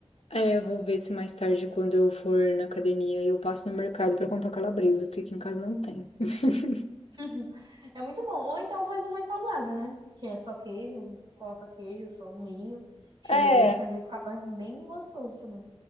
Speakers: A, on the left (about 75°); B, on the right (about 50°).
A: É, eu vou ver se mais tarde, quando eu for na academia, eu passo no mercado pra comprar calabresa, porque aqui em casa não tem. <laughs>
B: <laughs> É muito bom. Ou então faz o mais saudável, né? Que é só queijo, coloca queijo, só milho. Cheiro
A: É,
B: verde também vai ficar ba- bem gostoso também.